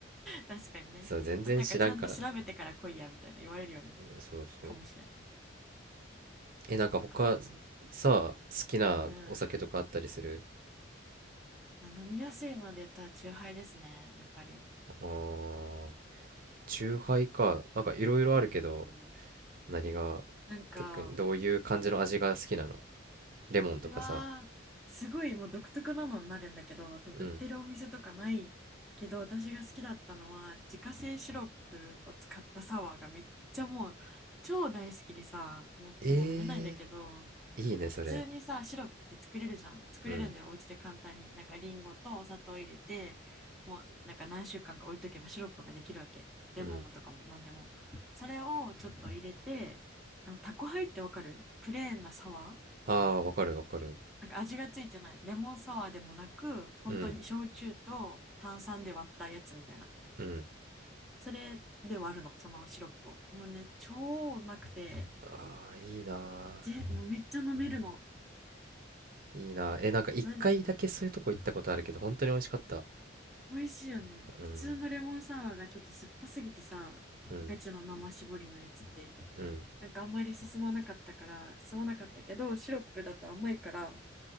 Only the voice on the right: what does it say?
<laughs> そう全然知らんから
そうそう
えなんか他
さ好きなお酒とかあったりする
あーチューハイかなんかいろいろあるけど
何が
特にどういう感じの味が好きなのレモンとかさ
うんえ
ー、いいねそれ
うんうんああーわかるわかる
うんうん
ああーいいな
ーいいなーえなんか一回だけそういうとこ行ったことあるけど本当に美味しかった
うんうんうん